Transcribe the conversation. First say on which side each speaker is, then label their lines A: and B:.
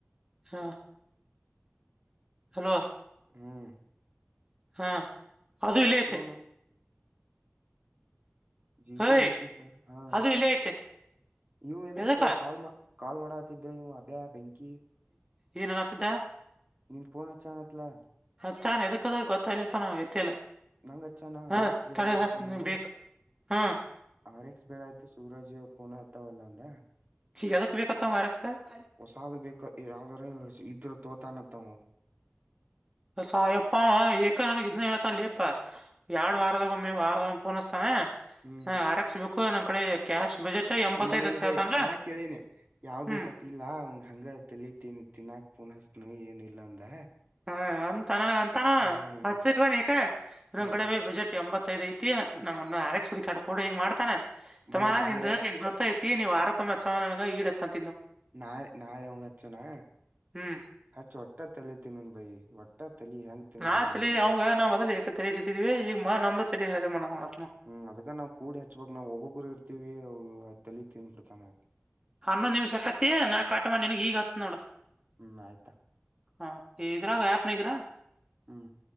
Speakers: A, on the right; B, on the right.
A: ಹಾ. ಹಲೋ
B: ಹ್ಮ್
A: ಹಾ ಅದು ಇಲ್ಲಿ ಐತೆ.
B: ಸೋಮ <unintelligible> ಜಿಟಿ
A: ಹೇಯ್
B: ಗೆಇನ್ಶೂರೆನ್ಸ್ ಹಾ
A: ಅದು ಇಲ್ಲೇ ಐತೆ
B: ಇವು ಇದಕ್ಕೆ
A: ಎದಕ್ಕ
B: ಕಲ್ ಮಾ ಕಾಲ್ ಮಾಡಕ್ಕತಿದ್ದ ಇವ ಅಭ್ಯೆ ಬೆಂಕಿ.
A: ಏನ ಹೇಳಕ್ಕೆಗತಿದ್ದ <unintelligible>
B: ನಿನಗೆ ಫೋನ್ ಹಚ್ಚಾ ನಂತ ಲಾ
A: ಹಚಾನ್ ಎದಕ್ಕದು ಅಂತ ಗೊತ್ತಾಗ್ಲಿಲ್ಲಪ್ಪ ಎತ್ತಿಲ್ಲ <unintelligible>
B: ನಂಗಚನ
A: ಹಾ
B: ಅರೆಕ್ಸ್ ಬಗಾಯತ್
A: ತಡಿ ಹಚ್ತೀನಿ
B: ನಂಗ
A: ಬೇಕ್ ಹಾ
B: ಆರ್ ಎಕ್ಸ್ ಬೇಗ ಆಯತು ಸೂರಜ್ ಫೋನ್ ಎತವಲ್ಲ ಅಂದ
A: ಯದಕ್ ಬೇಕತ್ತ ಮಾರಕ್ ಸರ್ <unintelligible>
B: ಹೊಸದು ಬೇಕಂತ ಯಾವ್ದ್ರ ಇದ್ರ ತೋತಾನತ್ತ
A: ಸಾಯಪ್ಪ ಏಕ ನನಗೆ ಇದ್ ಹೇಳ್ತಾನ ಲೇಪ್ಪ ಎರಡ್ ವಾರದಾಗ ಒಮ್ಮೆ ವಾರದ ಪೋನಸ್ತಾನ <unintelligible>
B: ಹ್ಮ್
A: ಹ ಆರಕ್ಸ್ಬೇಕು ನನ್ ಕಡೆ ಕ್ಯಾಶ್ ಬಜೆಟ್ ಎಂಬತ್ತೈದ್
B: ಇಲ್ಲ ಇಲ್
A: ಅಂತ
B: ಭಯ
A: ಹೇಳ್ತಾನ್ಲ
B: ನಾ ಕೇಳೇನೆ ಯಾವ್
A: ಹ್ಮ್
B: ಬೇಕತ್ ಇಲ್ಲ ಅವ್ ಹಂಗ ತಲ ತಿನ್ ತಿಿನಾ ಫೋನ್ ಹಚ್ನೆನ ಏನ ಇಲ್ಲ ಅಂದ
A: ಹ ಅಂತ ಅಂತಾನ
B: ಹ್ಮ್
A: ಹತ್ಸಟ್ವ ನ್ ಎಕೆ
B: ಹ
A: ನಮ್ಕಡೆ ಬಜೆಟ್ ಎಂಬತ್ತು <unintelligible> ಗೊತೈತಿ ನಂಗ ಅರೆಕ್ಸ್ ಹುಡುಕಿ ಆಡ್ಕೋಡು ಹಿಂಗ ಮಾಡ್ತಾನ ತಮ್ಮ
B: ಬೈ ನಾಳೆ
A: ನಿನ್ ಗೊತ್ತ್ ಹೈತಿ ನೀವ್ <unintelligible> ಹಚ್ಚವ ನನಗ ಈಡತ್ತಂ.
B: ನಾಳೆ ನಾಳೆ ಅವಂಗ್ ಹಚ್ಚುನಾ
A: ಹ್ಮ್
B: ಹಚ್ಚು ಒಟ್ಟ ತಲ್ಲಿ ತಿನ್ನುನ್ ಬೈ ಒಟ್ಟ ತಲಿ ಹೆಂಗ್ ತಿನ್
A: ನಾ ಹಚ್ಚಲಿ
B: ನೋಡಣ
A: ಅವಂಗ ನಾ ಮೊದಲು ಏಕ ತೆಲಿ ತಿಂದೀವಿ ಈಗ ಬಾ ನಮ್ದ ತೆಲಿ ಸರಿ ಮಾಡಕೊ ಅಚ್ಚುಮ.
B: ಹ ಅದಕ್ ನಾವ್ ಕೂಡಿ ಹಚ್ಬಬೇಕ್ ನಾವು ಒಬ್ಬೊಬ್ಬರು ಇರ್ತಿವಿ ಅವರು ತಲಿ ತಿಂದನ್ಬಿಡ್ತಾನ ಅವ.
A: ಹನ್ನೊಂದ್ ನಿಮಿಷಕತ್ತ ನಾ ಕಾಟ್ ಮಾಡಿ ನಿನಗ ಈಗ್ ಹಚ್ಚತಿ ನೋಡ.
B: ಹ್ಮ್ ಆಯ್ತಾ
A: ಹ ಇದ್ರಾ ಗ ಆಪ್ ನ ಗಿರ.
B: ಹ್ಮ